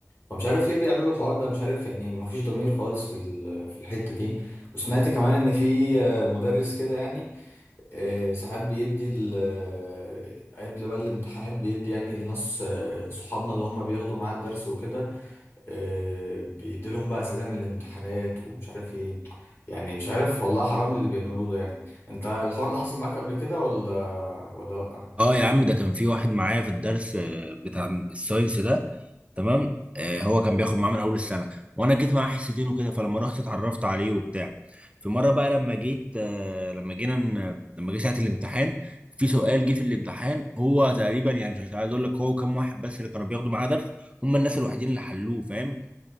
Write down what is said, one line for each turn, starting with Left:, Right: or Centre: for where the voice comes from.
Left: فمش عارف ليه بيعملوا الحوار ده مش عارف يعني مفيش ضمير خالص في ال- في الحتة دي وسمعت كمان ان في آه، مدرس كده يعني آه، ساعات بيدي ال- آه، قبل بقى الامتحانات بيدي يعني لناس آه، صحابنا اللي هم بياخدوا معاه الدرس وكده آه، بيدي لهم بقى أسئلة من الامتحانات ومش عارف ايه يعني مش عارف والله حرام اللي بيعملوه ده يعني انت الحوار ده حصل معاك قبل كده ولا ولا لأ
Right: اه يا عم ده كان في واحد معايا في الدرس آه، بتاع الساينس ده تمام آه، هو كان بياخد معاه من اول السنه وانا جيت معاه حصتين وكده فلما رحت اتعرفت عليه وبتاع في مره بقى لما جيت آه، لما جينا ن- لما جه ساعه الامتحان في سؤال جه في الامتحان هو تقريبا يعني مش عايز اقول لك هو كام واحد بس اللي كانوا بياخدوا معاه درس هم الناس الوحيدين اللي حلوه فاهم